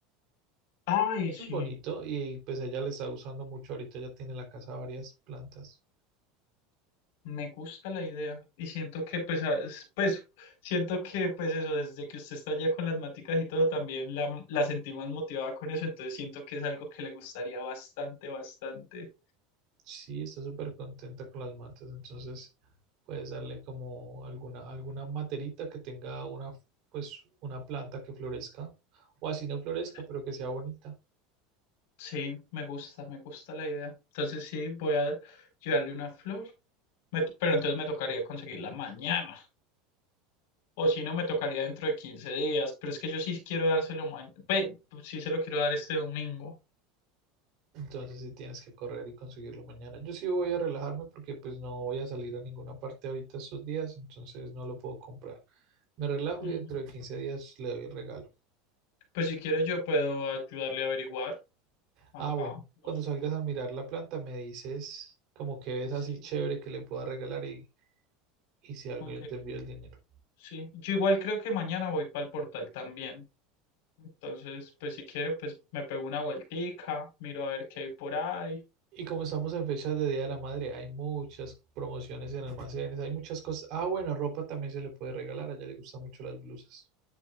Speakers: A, on the left; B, on the right.
A: Ay,
B: Eso
A: sí,
B: es bonito y pues a ella le está gustando mucho. Ahorita ya tiene en la casa varias plantas.
A: me gusta la idea. Y siento que, pues, a- es- pues, siento que, pues, eso, desde que usted está allá con las maticas y todo, también la, la sentí más motivada con eso. Entonces siento que es algo que le gustaría bastante, bastante.
B: Sí, está súper contenta con las matas, entonces puedes darle como alguna, alguna materita que tenga una, f- pues, una planta que florezca, o así no florezca,
A: Sí,
B: pero que sea bonita.
A: Sí, me gusta, me gusta la idea. Entonces sí, voy a llevarle una flor. Me- pero entonces me tocaría conseguirla mañana. O si no, me tocaría dentro de 15 días. Pero es que yo sí quiero dárselo mañana. Pues, sí se lo quiero dar este domingo.
B: Entonces sí tienes que correr y conseguirlo mañana. Yo sí voy a relajarme porque pues no voy a salir a ninguna parte ahorita estos días, entonces no lo puedo comprar. Me relajo
A: Ujú.
B: y dentro de 15 días le doy el regalo.
A: Pues si quieres, yo puedo ayudarle a averiguar. Acá.
B: Ah, bueno, cuando
A: no sé,
B: salgas a mirar la planta me dices como que ves
A: Sí,
B: así chévere que le pueda regalar y, y si algo
A: ok.
B: yo te envío el dinero.
A: Sí. Yo igual creo que mañana voy para el portal también. Entonces, pues si quiero, pues me pego una vueltica, miro a ver qué hay por ahí.
B: Y como estamos en fechas de Día de la Madre, hay muchas promociones en almacenes, hay muchas cosas. Ah, bueno, ropa también se le puede regalar, a ella le gustan mucho las blusas.